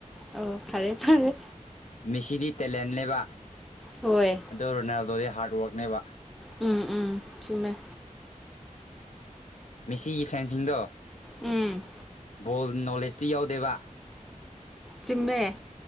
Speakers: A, in the centre; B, on the left.
A: ꯑꯧ ꯐꯔꯦ ꯐꯔꯦ
B: ꯃꯦꯁꯤꯗꯤ ꯇꯦꯂꯦꯟꯅꯦꯕ
A: ꯍꯣꯏ
B: ꯑꯗꯨ ꯔꯣꯅꯥꯜꯗꯣꯗꯤ ꯍꯥꯔꯗ ꯋꯥꯔꯛꯅꯦꯕ
A: ꯎꯝ ꯎꯝ ꯆꯨꯝꯃꯦ
B: ꯃꯦꯁꯤꯒꯤ ꯐꯦꯟꯁꯤꯡꯗꯣ
A: ꯎꯝ
B: ꯕꯣꯜ ꯅꯣꯂꯦꯖꯇꯤ ꯌꯥꯎꯗꯦꯕ
A: ꯆꯨꯝꯃꯦ